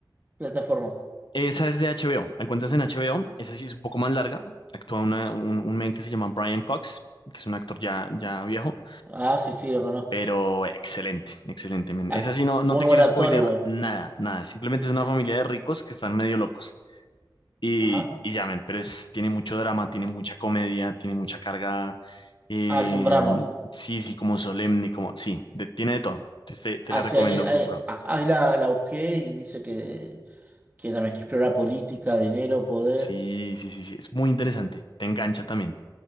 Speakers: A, on the right; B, on the left.
A: plataforma?
B: Esa es de HBO, la encuentras en HBO, esa sí es un poco más larga, actúa una- un, un men que se llama Brian Cox, que es un actor ya, ya viejo.
A: Ah, sí, sí, lo conozco.
B: Pero excelente, excelente. men.
A: Ah,
B: Esa sí, no,
A: muy
B: no te
A: buen
B: quiero
A: actor
B: spoilear
A: igual.
B: nada, nada. Simplemente es una familia de ricos que están medio locos. Y,
A: Ajá.
B: y ya, men, pero es, tiene mucho drama, tiene mucha comedia, tiene mucha carga. eh,
A: Ah, es un drama.
B: sí, sí, como solemne, como. Sí, de- tiene de todo. Entonces te, te
A: Ah,
B: la recomiendo
A: sí, ahí, ahí-
B: full, bro.
A: ah, ahí la, la busqué y dice que, que también que explora política, dinero, poder.
B: Sí, sí, sí, sí. Es muy interesante. Te engancha también.